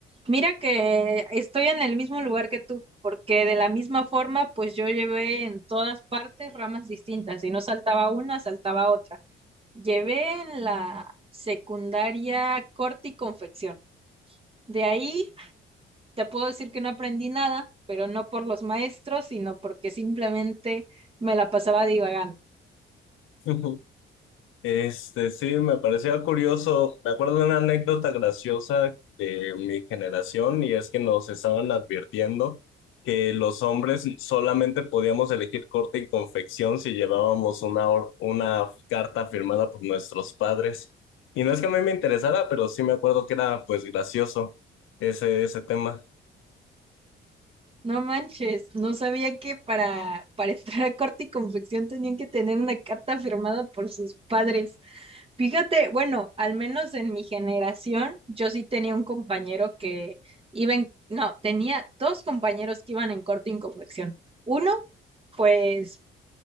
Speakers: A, on the right; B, on the left.
A: Mira que estoy en el mismo lugar que tú, porque de la misma forma, pues yo llevé en todas partes ramas distintas y no saltaba una, saltaba otra. Llevé en la secundaria corte y confección. De ahí te puedo decir que no aprendí nada, pero no por los maestros, sino porque simplemente me la pasaba divagando.
B: <laughs> Este, sí, me parecía curioso. Me acuerdo de una anécdota graciosa de mi generación y es que nos estaban advirtiendo que los hombres solamente podíamos elegir corte y confección si llevábamos una, or- una carta firmada por nuestros padres. Y no es que a mí me interesara, pero sí me acuerdo que era pues gracioso ese, ese tema.
A: No manches, no sabía que para, para <laughs> entrar a corte y confección tenían que tener una carta firmada por sus padres. Fíjate, bueno, al menos en mi generación, yo sí tenía un compañero que iba en, no, tenía dos compañeros que iban en corte y confección. Uno, pues